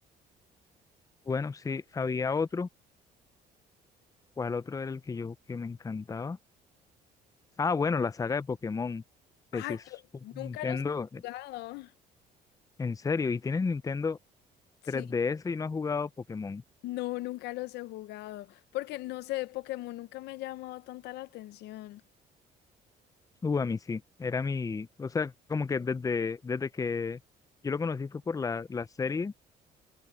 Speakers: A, on the left; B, on the left.
A: Bueno, sí, había otro, ¿cuál otro era el que yo que me encantaba? Ah, bueno, la saga de Pokémon,
B: Ay,
A: que si es
B: yo
A: un Nintendo,
B: nunca los he
A: eh,
B: jugado.
A: en serio, y tienes Nintendo
B: Sí.
A: 3DS y no has jugado Pokémon.
B: No, nunca los he jugado. Porque no sé, Pokémon nunca me ha llamado tanta la atención.
A: Uh, a mí sí, era mi, o sea, como que desde, desde que yo lo conocí fue por la, la serie